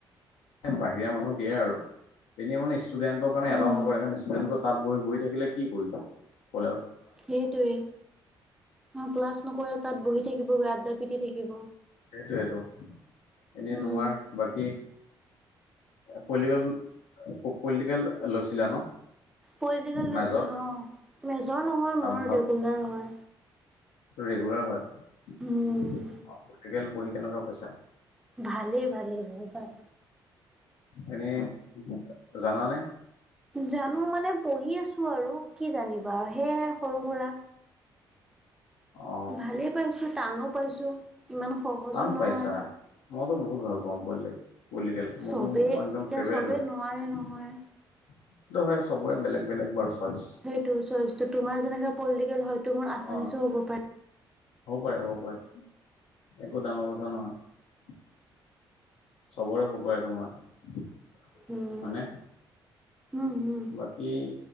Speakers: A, on the left; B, in the centre.
A: বাহিৰা মানুহ দিয়ে আৰু এনে ষ্টুডেন্টৰ কাৰণে
B: উম
A: এলাও নকৰে কাৰণ ষ্টুডেন্ট তাত বহি বহি থাকিলে কি কৰিব প
B: সেইটোৱে অ ক্লাছ নকৰিলে তাত বহি থাকিব গাদদা পিতিি থাকিব
A: সেইটোয়েটো এনেই
B: উম
A: তোমাৰ বাকী পলিটিকেল পলিটিকেল লৈছিলা ন।
B: পলিটিকেল লৈছিলো
A: মেজৰ
B: অ' মেজৰ নহয় মোৰ
A: ভাল
B: ৰেগুলাৰ হয়।
A: ৰেগুলাৰ হয় অ'
B: উম
A: পলিচিকেল পঢ়ি কেনেকুৱা পাইছা?
B: ভালেই ভালেই বহুত ভাল।
A: এনেই জানা নে?
B: জানো মানে পঢ়ি আছো আৰু কি জানিবা সেইয়া সৰু সুৰা।
A: অ
B: ভালেই পাইছো টানো পাইছো ইমান সহজো
A: টান
B: নহয়।
A: পাইছা মইতো বহুত ভাল পাওঁ বলে পলিটিকেল মোৰতো
B: চবেই
A: মই একদম
B: এতিয়া
A: ফেভাৰেট
B: চবেই
A: হয়।
B: নোৱাৰে
A: <unintelligible>
B: নহয়।
A: চবৰে বেলেগ বেলেগ বাৰু। চইচ
B: সেইটো চইছতো তোমাৰ যেনে পলিটিকেল হয় মোৰ আছামিচও
A: অ
B: হ'ব পাৰে।
A: হ'ব পাৰে হ'ব পাৰে একো ডাঙৰ কথা নহয়। চবৰে সুপাৰে তোমাৰ হয়নেে
B: উম। উম উম।
A: বাকী